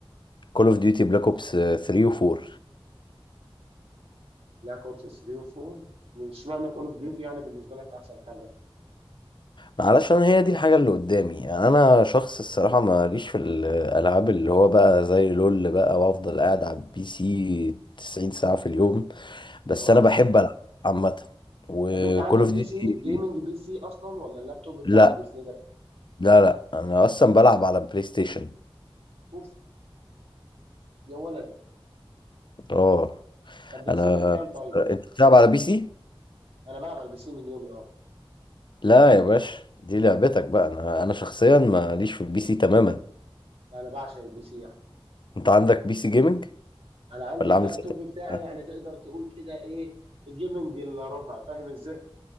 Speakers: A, on the left (about 55°); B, on the right (about 80°).
A: كول اوف ديوتي بلاك اوبس 3 و4
B: بلاك اوبس 3 و4 من اشمعنى كول اوف ديوتي يعني بالنسبه لك احسن حاجه
A: معلش انا هي دي الحاجه اللي قدامي يعني انا شخص الصراحه ماليش في الالعاب اللي هو بقى زي لول بقى وافضل قاعد على البي سي 90 ساعه في اليوم بس
B: اها
A: انا بحب العب عامه وكول
B: طب انت عندك
A: اوف
B: بي
A: ديوتي
B: سي جيمنج بي سي اصلا ولا اللابتوب بتاعك
A: لا
B: بيسندك
A: لا لا انا اصلا بلعب على بلاي ستيشن
B: اوف يا ولد
A: اه
B: طب بلاي
A: انا
B: ستيشن كام طيب
A: انت بتلعب على بي سي
B: انا بلعب على البي سي من يومي اه
A: لا يا باشا دي لعبتك بقى انا انا شخصيا ماليش في البي سي تماما
B: لا انا بعشق البي سي يعني
A: انت عندك بي سي جيمنج
B: انا عندي
A: ولا
B: اللابتوب
A: عامل سيت
B: بتاعي
A: اب؟
B: يعني تقدر تقول كده ايه الجيمنج الا ربع فاهم ازاي